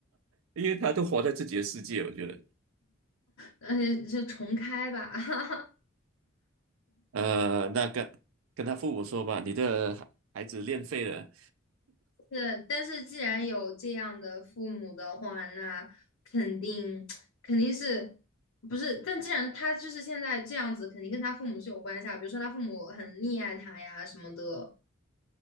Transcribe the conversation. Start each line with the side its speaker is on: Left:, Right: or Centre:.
Right: 因为他都活在自己的世界，我觉得，
Left: 而且就重开吧，<laughs>
Right: 呃，那跟跟他父母说吧，你的孩孩子练废了。
Left: 是，但是既然有这样的父母的话，那肯定 <tsk> 肯定是不是？但既然他就是现在这样子，肯定跟他父母是有关系啊。比如说他父母很溺爱他呀什么的，